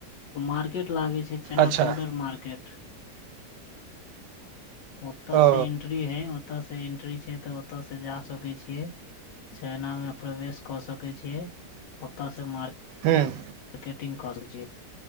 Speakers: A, on the left; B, on the right.
A: मार्केट लागे छै चना
B: अच्छा
A: बोर्डर मार्केट ओतय से
B: ओ
A: एंट्री हय ओतऽ से एंट्री छै तऽ ओतय से जा सकै छी के चाइना मे प्रवेश कऽ सकैत छियै ओत से मार
B: हुँ
A: मारकेटिंग कऽ सकै छियै।